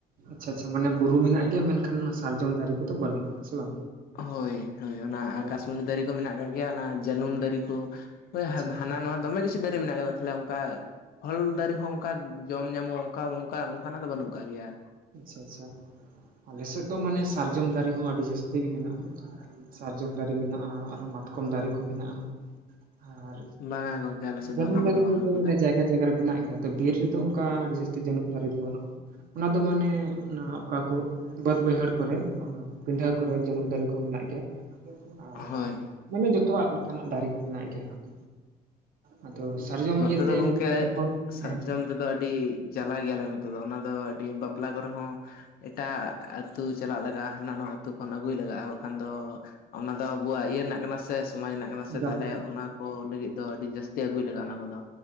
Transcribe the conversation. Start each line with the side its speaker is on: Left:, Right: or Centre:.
Right: ᱟᱪᱷᱟ ᱟᱪᱷᱟ ᱢᱟᱱᱮ ᱵᱩᱨᱩ ᱢᱮᱱᱟᱜ ᱜᱮᱭᱟ ᱢᱮᱱᱠᱷᱟᱱ ᱚᱱᱟ ᱥᱟᱨᱡᱚᱢ ᱫᱟᱨᱮ ᱠᱚᱫᱚ ᱵᱟᱹᱱᱩᱜᱼᱟ ᱦ ᱥᱮ ᱵᱟᱝ?
Left: ᱦᱳᱭ ᱦᱳᱭ ᱚᱱᱟ
Right: ᱟᱪᱪᱷᱟ
Left: ᱟᱠᱟᱥᱢᱚᱱᱤ ᱫᱟᱨᱮ ᱠᱚ ᱢᱮᱱᱟᱜ ᱠᱟᱜ ᱜᱮᱭᱟ ᱚᱱᱟ ᱡᱟᱹᱱᱩᱢ ᱫᱟᱨᱮ ᱠᱚ᱾ ᱦᱳᱭ
Right: ᱟᱪᱪᱷᱟ
Left: ᱦᱟᱱᱟ ᱱᱚᱣᱟ ᱫᱚᱢᱮ ᱠᱤᱪᱷᱩ ᱫᱟᱨᱮ ᱢᱮᱱᱟᱜ ᱠᱟᱫᱟ ᱛᱟᱦᱞᱮ ᱚᱱᱠᱟ ᱯᱷᱚᱞ ᱫᱟᱨᱮ ᱦᱚᱸ ᱚᱱᱠᱟ ᱡᱚᱢ ᱧᱟᱢᱚᱜᱼᱟ ᱚᱱᱠᱟ ᱚᱱᱠᱟ ᱚᱱᱠᱟᱱᱟᱜ ᱫᱚ ᱵᱟᱹᱱᱩᱜ ᱟᱠᱟᱟᱜ ᱜᱮᱭᱟ᱾
Right: ᱟᱪᱪᱷᱟ ᱟᱪᱪᱷᱟ, ᱟᱞᱮᱥᱮᱫ ᱫᱚ ᱢᱟᱱᱮ ᱥᱟᱨᱡᱚᱢ ᱫᱟᱨᱮ ᱦᱚᱸ ᱟᱹᱰᱤ ᱡᱟᱹᱥᱛᱤ ᱜᱮ ᱢᱮᱱᱟᱜᱼᱟ᱾ ᱥᱟᱨᱡᱚᱢ ᱫᱟᱨᱮ ᱢᱮᱱᱟᱜᱼᱟ ᱟᱨᱚᱸ ᱢᱟᱛᱠᱚᱢ ᱫᱟᱨᱮ ᱠᱚ ᱢᱮᱱᱟᱜᱼᱟ᱾ ᱟᱨ
Left: ᱵᱟᱝᱟ ᱜᱚᱝᱠᱮ ᱟᱞᱮ ᱥᱮᱫ
Right: ᱡᱟᱱᱩᱢ
Left: ᱫᱚ ᱚᱱᱟ
Right: ᱫᱟᱨᱤ
Left: ᱵᱟᱝ
Right: ᱠᱚᱫᱚ
Left: ᱟᱠᱟᱫᱟ
Right: ᱢᱟᱱᱮ ᱡᱮ ᱚᱠᱟ ᱡᱟᱭᱜᱟ ᱨᱮ ᱢᱮᱱᱟᱜ ᱜᱮᱭᱟ, ᱛᱚ ᱵᱤᱨ ᱨᱮᱫᱚ ᱚᱱᱠᱟ ᱟᱹᱰᱤ ᱡᱟᱹᱥᱛᱤ ᱡᱚᱱᱚᱢ ᱫᱟᱨᱮ ᱫᱚ ᱵᱟᱹᱱᱩᱜᱼᱟ᱾ ᱟ ᱫᱚ ᱢᱟᱱᱮ ᱚᱱᱟ ᱚᱠᱟ ᱠᱚ ᱵᱟᱹᱫ ᱵᱟᱹᱭᱦᱟᱹᱲ ᱠᱚᱨᱮ ᱚᱱᱟ ᱯᱤᱰᱷᱟᱹ ᱠᱚᱨᱮ ᱡᱟᱱᱩᱢ ᱫᱟᱨᱮ ᱠᱚ ᱢᱮᱱᱟᱜ ᱜᱮᱭᱟ᱾ ᱟᱨ
Left: ᱦᱳᱭ
Right: ᱢᱟᱱᱮ ᱡᱚᱛᱚᱣᱟᱜ ᱞᱮᱠᱟᱱᱟᱜ ᱫᱟᱨᱮ ᱠᱚ ᱢᱮᱱᱟᱜ ᱜᱮᱭᱟ ᱦᱟᱸᱜᱺ ᱟ ᱥᱟᱨᱡᱚᱢ
Left: ᱱᱚᱛᱮ ᱫᱚ ᱜᱚᱢᱠᱮ
Right: ᱦᱚᱲ
Left: ᱥᱟᱨᱡᱚᱢ
Right: ᱦᱮᱸ
Left: ᱛᱮᱫᱚ ᱟᱹᱰᱤ ᱡᱟᱞᱟ ᱜᱮᱭᱟᱞᱮ ᱱᱚᱛᱮ ᱫᱚ ᱚᱱᱟ ᱫᱚ ᱟᱹᱰᱤ ᱵᱟᱯᱞᱟ ᱠᱚᱨᱮ ᱦᱚᱸ᱾ ᱮᱴᱟᱜ ᱟᱹᱛᱩ ᱪᱟᱞᱟᱜ ᱞᱟᱜᱟᱜᱼᱟ, ᱦᱟᱱᱟ ᱱᱚᱣᱟ ᱟᱹᱛᱩ ᱠᱷ, ᱚᱱ ᱟᱹᱜᱩᱭ ᱞᱟᱜᱟᱜᱼᱟ᱾ ᱵᱟᱠᱷᱟᱱ ᱫᱚ ᱚᱱᱟ ᱫᱚ ᱟᱵᱚᱣᱟᱜ ᱤᱭᱟᱹ ᱨᱮᱱᱟᱜ ᱠᱟᱱᱟ ᱥᱮ ᱥᱚᱢᱟᱡ ᱨᱮᱱᱟᱜ ᱠᱟᱱᱟ ᱥᱮ
Right: ᱮᱠᱟᱞ
Left: ᱛᱟᱦᱚᱞᱮ ᱚᱱᱟ ᱠᱚ ᱞᱟᱹᱜᱤᱫ ᱫᱚ ᱟᱹᱰᱤ ᱡᱟᱹᱥᱛᱤ ᱟᱹᱜᱩᱭ ᱞᱟᱜᱟᱜᱼᱟ ᱚᱱᱟ ᱠᱚᱫᱚ,